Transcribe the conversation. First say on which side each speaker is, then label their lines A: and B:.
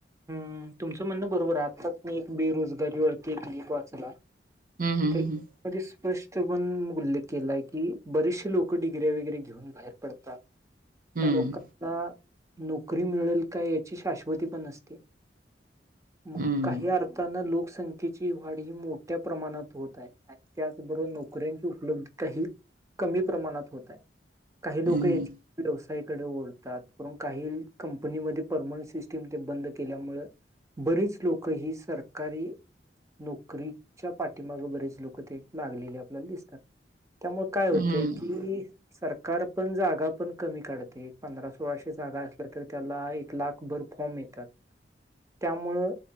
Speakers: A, on the right; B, on the right.
A: हम्म तुमचं म्हणणं बरोबर आहे. आत्ताच मी एक बेरोजगारी वरती एक क्लिप वाचला.
B: हम्म हम्म
A: त्या
B: हम्म.
A: स्पष्ट पण उल्लेख केलाय की बरेचसे लोक डिग्र्या बिग्र्या घेऊन बाहेर पडतात
B: हम्म,
A: त्या लोकांना नोकरी मिळेल काय याची शाश्वती पण नसते. मग
B: हम्म,
A: काही अर्थाने लोकसं तिची वाढ ही मोठ्या प्रमाणात होत आहे आणि त्याचबरोबर नोकऱ्यांची उपलब्धता ही कमी प्रमाणात होत आहे. काही लोक
B: हम्म,
A: हेचे व्यवसायकडे वळतात म्हणून काही कंपनीमध्ये परमनंट सिस्टीम ते बंद केल्या मुळ बरीच लोक ही सरकारी नोकरीच्या पाठीमागं बरीच लोक ते लागलेली आपल्याला दिसतात. त्यामुळे काय होतंय
B: हम्म,
A: की सरकार पण जागा पण कमी काढते. पंधरा सोळाशे जागा असल्या तर त्याला एक लाख भर फॉर्म येतात. त्यामुळं